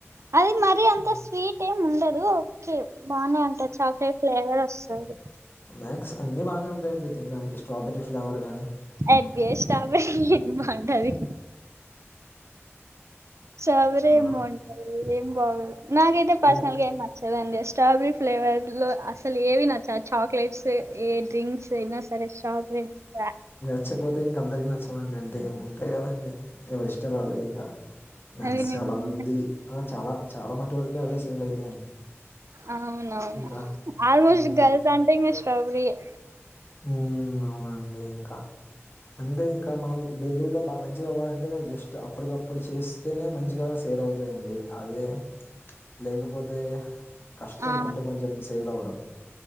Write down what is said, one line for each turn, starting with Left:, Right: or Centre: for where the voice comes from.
Right: అది మరీ అంత
Left: హ్మ్.
Right: స్వీట్ ఏమి ఉండదు ఓకే బానే ఉంటది చాక్లెట్ ఫ్లేవర్ వస్తది
Left: మ్యాక్స్ అన్ని బానే ఉంటాయండి తినడానికి స్ట్రాబెరీ ఫ్లేవర్ గానీ
Right: అడ్జస్ట్ అవాలి ఏం బాంటది స్ట్రాబెర్రీ
Left: ఆ!
Right: ఏం బాంటది ఏం బాగోదు నాకైతే పర్సనల్
Left: యాహ్!
Right: గా ఏం న చదండి స్ట్రాబెరీ ఫ్లేవర్ లో అసలు ఏవి నచ్చా ఆ చాక్లెట్స్ ఏ డ్రింక్స్ ఐన సరే స్ట్రాబెరి వే
Left: నచ్చక్పోతే ఇంక అందరికీ నచ్ చమండి అంటే ఉంటాయి కదండి ఎవరిష్టల్ ఆళ్ళ ఇంకా మ్యాక్స్
Right: అది నిజమే
Left: చాలా మంది ఆ చాలా చాలా మటు వరకు అవే సేల్ అయితాయండి
Right: అవునవును
Left: ఇంకా.
Right: ఆల్మోస్ట్
Left: హ్మ్.
Right: గర్ల్స్ అంటే ఇంకా స్ట్రాబెరీ ఏ
Left: ఉ అవునండి ఇంకా అంటే ఇంకా మనం బేకరీలో బాగా మంచిగా అవ్వాలంటే జస్ట్ అప్పటికప్పుడు చేస్తేనే మంచిగా సేల్ అవుతాయండి అదే లేకపోతే కష్టం
Right: ఆ
Left: అంటే కొంచెం సేల్ అవ్వడం